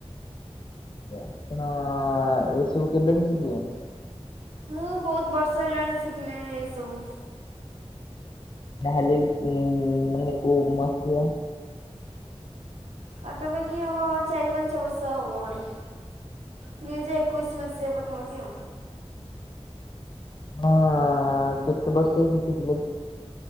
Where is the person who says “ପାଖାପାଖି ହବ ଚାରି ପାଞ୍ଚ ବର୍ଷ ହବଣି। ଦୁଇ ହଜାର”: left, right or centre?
Right